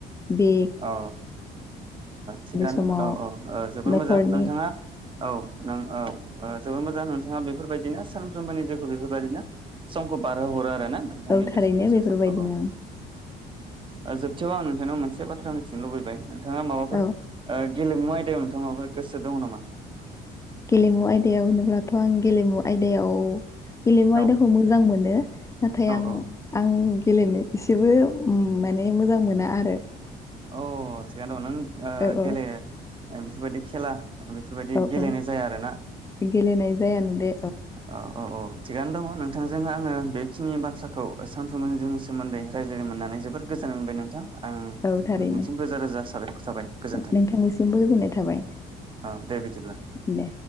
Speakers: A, on the left; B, on the right.
A: बे
B: औ थिगानो
A: समाव
B: औ औ जोबोर
A: न'खरनि
B: मोजां नोंथाङा औ नों औ। जोबोर मोजां नोंथाङा बेफोरबायदिनो सानफ्रोमबोनि जिउखौ बेफोरबायदिनो समखौ बारहो हरा ना नोंथांनि
A: औ थारैनो
B: बेसेन गोसा
A: बेफोरबायदिनो
B: समखौ औ। जोबथायाव आं नोंथांनियाव मोनसे बा थ्रा मिथिनो लुबैबाय। बिथाङा माबाफोर
A: औ
B: गेलेमु आयदायाव नोंथांङा माबाफोर गोसो दङ नामा।
A: गेलेमु आयदायाव होनोब्लाथ' आं गेलेमु आयदायाव गेलेमु आयदाखौ
B: औ
A: मोजां मोनो नाथाय
B: औ
A: आं
B: औ
A: आं गेलेनो एसेबो माने मोजां मोना आरो।
B: औ थिगानो दं नों ओ
A: औ
B: गेले
A: औ
B: बिफोरबायदि खेला बेफोरबायाददि
A: औ
B: गेलेनाय
A: औ
B: जाया आरोना।
A: गेलेनाय जायानो दे
B: औ। औ औ थिगानो दङ नोंथांजों आङो बेखिनि बाथ्राखौ सानथुमजनि सोमोन्दै रायज्लायनो मोननानै जोबोर गोजोननाय मोनबाय नोंथां। आं नोंथांनिसिम
A: औ थारैनो
B: रोजा रोजा साबायखर थाबाय गोजोन्थों।
A: नोंथांनिसिमबो गोजोननाय थाबाय
B: अ दे बिदिब्ला
A: दे